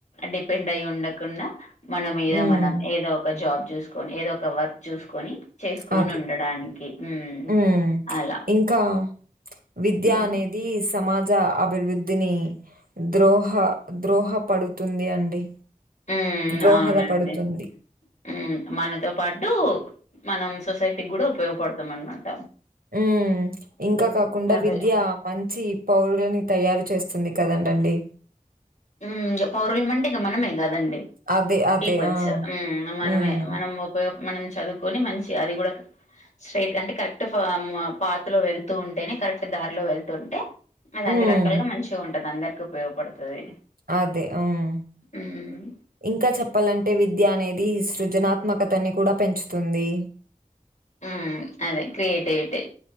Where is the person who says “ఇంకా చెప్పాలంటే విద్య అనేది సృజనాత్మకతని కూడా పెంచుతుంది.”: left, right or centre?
Right